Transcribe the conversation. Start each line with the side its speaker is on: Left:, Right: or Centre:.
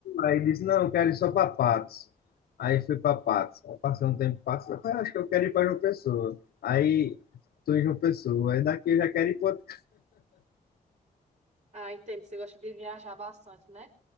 Left: Aí disse, não, eu quero ir só para Patos. Aí fui para Patos. Aí passei um tempo em Patos, eu falei, ah, acho que eu quero ir para João Pessoa. Aí tô em João Pessoa, aí daqui eu já quero ir para outro.
Right: Ah, entendo, você gosta de viajar bastante, né?